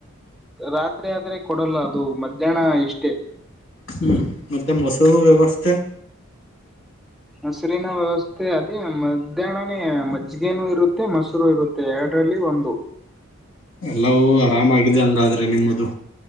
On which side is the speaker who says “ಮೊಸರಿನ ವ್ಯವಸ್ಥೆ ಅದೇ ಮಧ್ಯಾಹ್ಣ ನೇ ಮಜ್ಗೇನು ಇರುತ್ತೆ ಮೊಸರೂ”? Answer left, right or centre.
Centre